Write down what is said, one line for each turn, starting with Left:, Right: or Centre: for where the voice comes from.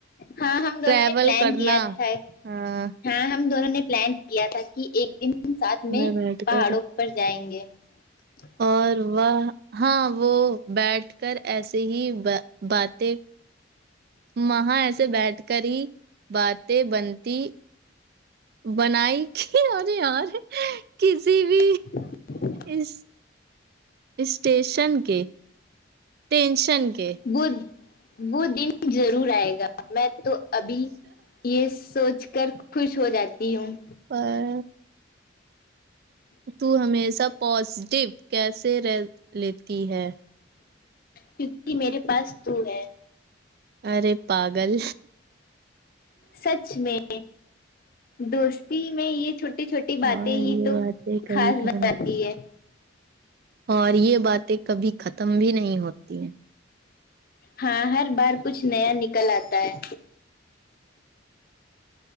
Left: ہاں ہم دونوں
Right: ٹریول
Left: نے پلان
Right: کرنا
Left: کیا تھا
Right: ہاں
Left: ہاں ہم دونوں نے پلان کیا تھا کہ ایک دن ہم ساتھ میں
Right: بیٹھ
Left: پہاڑوں
Right: کر
Left: پر جائیں گے <inaudible>
Right: اور وہ ہاں وہ بیٹھ کر ایسے ہی با باتیں وہاں ایسے بیٹھ کر ہی باتیں بنتی بنائی کہ ارے یار کسی بھی
Left: <inaudible>
Right: اس اسٹیشن کے ٹینشن کے
Left: وہ وہ دن ضرور آئے گا میں تو ابھی یہ سوچ کر خوش ہو جاتی ہوں
Right: اور تو ہمیشہ پوازیٹیو کیسے رہ لیتی ہے
Left: کیونکہ میرے پاس تو ہے
Right: ارے پاگل
Left: سچ میں دوستی میں یہ چھوٹی چھوٹی باتیں
Right: اور
Left: ہی
Right: یہ
Left: تو
Right: باتیں کبھی
Left: خاص
Right: کبھار
Left: بناتی ہے
Right: اور یہ باتیں کبھی ختم بھی نہیں ہوتی ہیں
Left: ہاں ہر بار کچھ نیا نکل آتا ہے